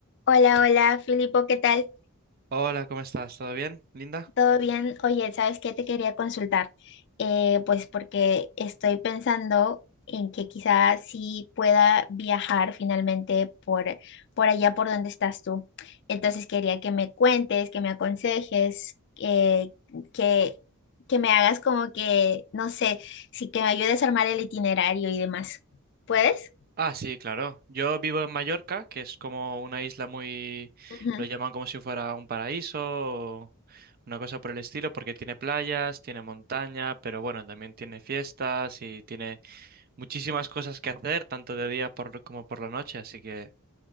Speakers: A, on the left; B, on the right.
A: Hola, hola, Filipo, ¿qué tal?
B: Hola, ¿cómo estás? ¿Todo bien, Linda?
A: ¿Todo bien? Oye, ¿sabes qué te quería consultar? Eh, pues porque estoy pensando en que quizás sí pueda viajar finalmente por, por allá por donde estás tú. Entonces quería que me cuentes, que me aconsejes, eh, que, que me hagas como que, no sé, sí que me ayudes a armar el itinerario y demás. ¿Puedes?
B: Ah, sí, claro. Yo vivo en Mallorca, que es como una isla muy...
A: Ujú.
B: Lo llaman como si fuera un paraíso o una cosa por el estilo, porque tiene playas, tiene montaña, pero bueno, también tiene fiestas y tiene muchísimas cosas que hacer, tanto de día por, como por la noche. Así que,